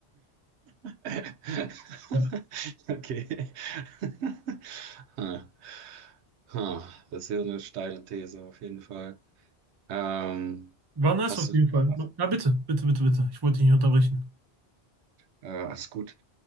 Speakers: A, on the right; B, on the right.
A: <laughs>
B: Ja.
A: Okay. <laughs> Ha. Ha. Das ist ja eine steile These auf jeden Fall. Ähm,
B: War nice
A: hast
B: auf
A: du
B: jeden
A: denn
B: Fall.
A: noch.
B: Ja, bitte, bitte, bitte, bitte. Ich wollte dich nicht unterbrechen.
A: Äh, alles gut.